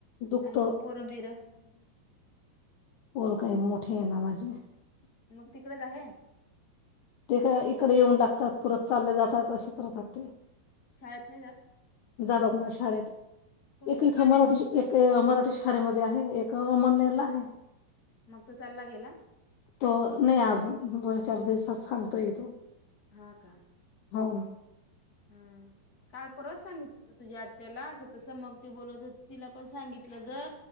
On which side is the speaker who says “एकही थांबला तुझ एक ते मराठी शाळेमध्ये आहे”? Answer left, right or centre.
Left